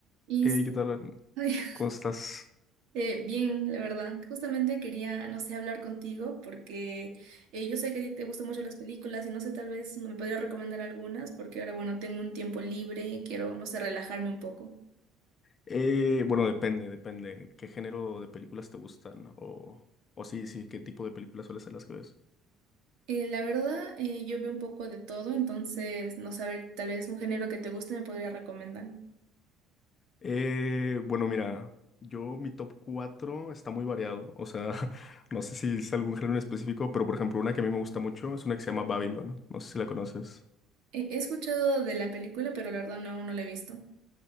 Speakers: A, on the right (about 65°); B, on the left (about 25°).
A: Y
B: Hey,
A: sí,
B: ¿qué tal? Arn?
A: ay, <laughs>
B: ¿Cómo estás?
A: eh, bien, la verdad. Justamente quería, no sé, hablar contigo porque eh, yo sé que a ti te gustan mucho las películas y no sé, tal vez me podría recomendar algunas porque ahora, bueno, tengo un tiempo libre, quiero, no sé, relajarme un poco.
B: Eh, bueno, depende, depende. ¿Qué género de películas te gustan? O, o sí, sí, ¿qué tipo de películas suelen ser las que ves?
A: Eh, la verdad, eh, yo veo un poco de todo, entonces, no saber, tal vez un género que te guste me podría recomendar.
B: Eh, bueno, mira, yo mi top 4 está muy variado. O sea, <laughs> no sé si es algún género en específico, pero por ejemplo, una que a mí me gusta mucho es una que se llama Babylon. No sé si la conoces.
A: Eh, he escuchado de la película, pero la verdad no, no la he visto.